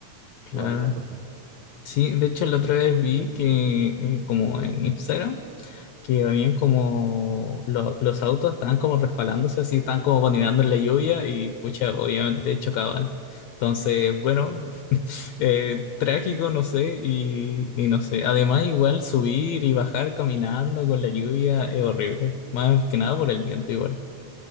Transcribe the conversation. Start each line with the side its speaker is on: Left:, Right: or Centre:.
Left: claro.
Right: igual me da cosa.
Left: Sí, de hecho la otra vez vi que eh, como en Instagram, que habían como lo- los autos estaban como resbalándose, así estaban como patinando en la lluvia y pucha, obviamente chocaban. Entonces, bueno, eh, trágico, no sé, y, y no sé. Además, igual subir y bajar caminando con la lluvia es horrible. Más que nada por el viento igual.